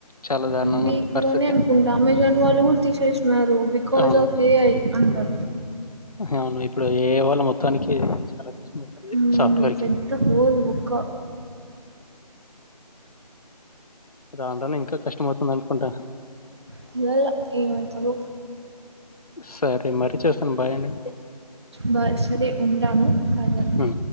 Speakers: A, on the left (about 60°); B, on the right (about 40°).
A: చాలా దారుణంగా
B: ఈ వీక్
A: ఉంది పరిస్థితి.
B: లోనే అనుకుంటా అమెజాన్ వాళ్ళు కూడా తీసేసినారు బికాస్
A: అవును.
B: ఆఫ్ ఏఐ అంటా
A: అవును ఇప్పుడు ఏఐ వాళ మొత్తానికి చాలా కష్టమవుతుంది
B: ఉమ్
A: సాఫ్ట్‌వేర్‌కి.
B: పెద్ద హోల్ బొక్క
A: రాను రాను ఇంకా కష్టం అవుతుంది అనుకుంటా
B: చూడాలా ఏమైతదో
A: సరే మరీ చేస్తాను బాయ్ అండి
B: బాయ్ సరే ఉంటాను బాయ్ బాయ్
A: హ్మ్.